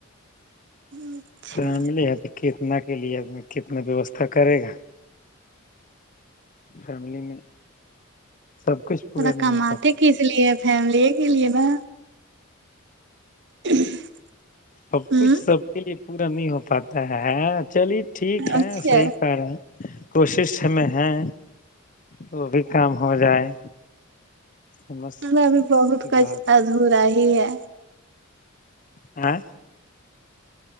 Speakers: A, on the right (about 60°); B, on the left (about 40°).
A: اچھا
B: فیملی ہے تو کتنا کے لیے کتنا ویوستھا کرے گا فیملی میں سب کچھ پورا
A: پا
B: نہیں
A: کماتے
B: ہو پاتا
A: کس لیے ہے فیملی کے لیے نہ <inaudible>
B: سب
A: ہوں
B: کچھ سب کے لیے پورا نہیں ہو پاتا ہے چلیے ٹھیک ہے
A: اچھا
B: صحیح کہہ رہے ہے کوشش ہمیں ہے وہ بھی کام ہو جائے سمجھ
A: ہم <unintelligible> ا بھی بہت
B: کی
A: کچھ
B: بات
A: ادھورا ہی ہے
B: ہاں